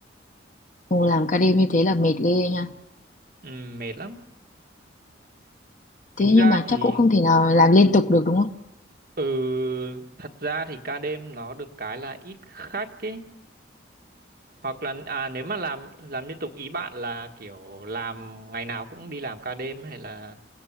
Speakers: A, on the left (about 40°); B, on the right (about 50°).
A: Ồ, làm ca đêm như thế là mệt ghê nha.
B: ừ, mệt lắm. Tính
A: Thế
B: ra
A: nhưng mà
B: thì
A: chắc cũng không thể nào làm liên tục được đúng không?
B: ừ, thật ra thì ca đêm nó được cái là ít khách ấy. Hoặc là à nếu mà làm làm liên tục ý bạn là kiểu làm ngày nào cũng đi làm ca đêm hay là